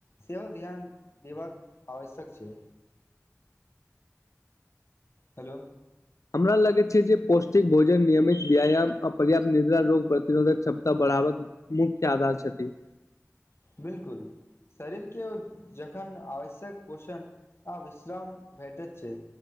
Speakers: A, on the left; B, on the left.
A: सेहो ध्यान देबाक आवश्यक छै हलो
B: हमरा लगैत छै जे पौष्टिक भोजन नियमित व्यायाम आ पर्याप्त निद्रा रोग प्रतिरोधक क्षमता बढ़ाबक मुख्य आधार छथि
A: बिल्कुल शरीर के ओ जखन आवश्यक पोषण आ विश्राम भेटत छै